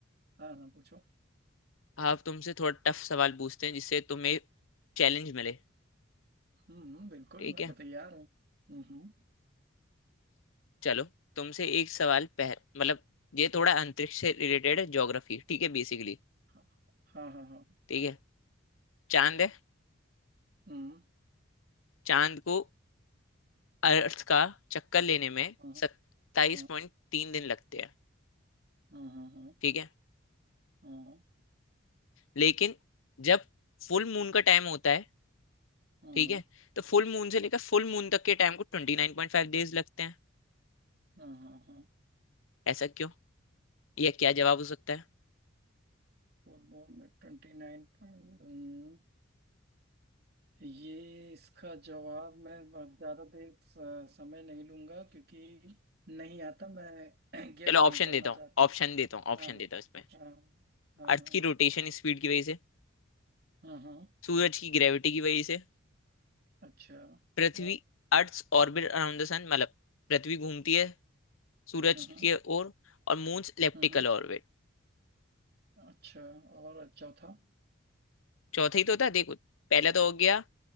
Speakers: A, on the right; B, on the left.
A: हाँ हाँ पूछो
B: आप तुमसे थोड़ा टफ सवाल पूछते हैं जिससे तुम्हें चैलेंज मिले
A: हम्म हम्म, बिल्कुल
B: ठीक
A: मैं
B: है
A: तो तैयार हूँ हम्म हम्म,
B: चलो तुमसे एक सवाल पह मतलब ये थोड़ा अंतरिक्ष से रिलेटेड है ज्योग्राफी ठीक है बेसिकली
A: हाँ हाँ हाँ हाँ
B: ठीक है चांद है
A: हम्म
B: चांद को अर्थ का चक्कर लेने में
A: हाँ
B: सत्ताईस
A: हाँ
B: पॉइंट तीन दिन लगते हैं
A: हाँ हाँ हाँ
B: ठीक है
A: हाँ
B: लेकिन जब फुल मून का टाइम होता है
A: हाँ
B: ठीक
A: हाँ
B: है तो फुल मून से लेकर फुल मून तक के टाइम को ट्वेंटी नाइन पॉइंट फाइव डेज लगते हैं
A: हाँ हाँ हाँ
B: ऐसा क्यों यह क्या जवाब हो सकता है
A: फुल मून में ट्वेंटी नाइन पॉइंट। ये इसका जवाब मैं अब ज्यादा देर स- समय नहीं लूंगा क्योंकि नहीं आता मैं <clears throat> गेस
B: चलो ऑप्शन
A: नहीं करना
B: देता हूँ
A: चाहता
B: ऑप्शन
A: हूँ
B: देता हूँ ऑप्शन
A: हाँ
B: देता हूँ इसमें
A: हाँ हाँ
B: अर्थ
A: हाँ
B: की रोटेशन स्पीड की वजह से
A: हाँ हाँ,
B: सूरज की ग्रेविटी की वजह से
A: अच्छा
B: पृथ्वी
A: और
B: earth orbit around the sun मतलब पृथ्वी घूमती है सूरज
A: हाँ हाँ
B: की ओर और मून्स इलेप्टिकल
A: हाँ,
B: ऑर्बिट
A: अच्छा और चौथा
B: चौथा ही तो था देखो पहला तो हो गया